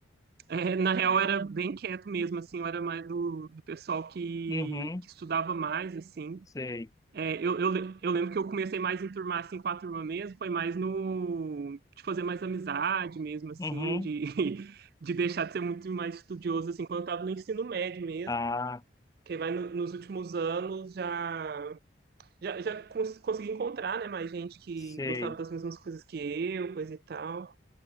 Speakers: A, on the right; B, on the left.
A: eh, na real, era bem quieto mesmo, assim, eu era mais do, do pessoal que,
B: Uhum,
A: que estudava mais, assim.
B: sei.
A: É, eu, eu, le- eu lembro que eu comecei mais em enturmar assim, com a turma mesmo, foi mais no de fazer mais amizade mesmo, assim,
B: Uhum,
A: de, <laughs> de deixar de ser muito mais estudioso assim, quando eu estava no ensino médio mesmo,
B: ah,
A: que vai no- nos últimos anos já, já, já cons- consegui encontrar, né, mais gente que
B: sei.
A: gostava das mesmas coisas que eu, coisa e tal.